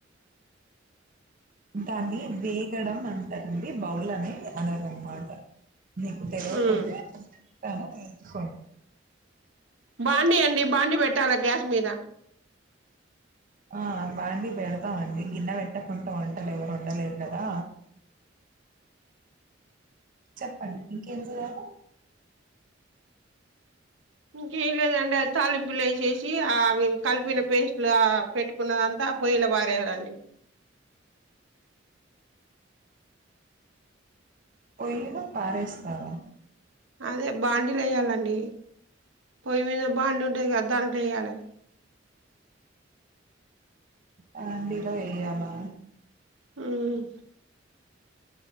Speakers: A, on the right; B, on the right.
A: దాన్ని వేగడం అంటరండి బౌలనే అనరన్ మాట నీకు తెలేవక
B: ఉమ్
A: పోతే చెప్తాను నేర్చుకోండి
B: బాండీ అండి బాండి పెట్టాలా గ్యాస్ మీద
A: ఆ బాండి పెడతామండి గిన్నె పెట్టకుండా వంటలు ఎవరు వన్డలేరు కదా చెప్పండి ఇంకేం చెయ్యాలి
B: ఇంకేం లేదండి తాలింపులు వసేసి అవి కలిపిన పేస్ట్ పెట్టుకున్నదంతా పొయ్యిలో బారేలా అండి
A: పోయిలో పారేస్తారా
B: అదే బాండీలు వేయ్యాలండి పొయ్యి మీద బాండి ఉంటుంది కదా దాంట్లో వేయ్యాలి
A: బాండిలో వెయ్యాలా
B: ఉమ్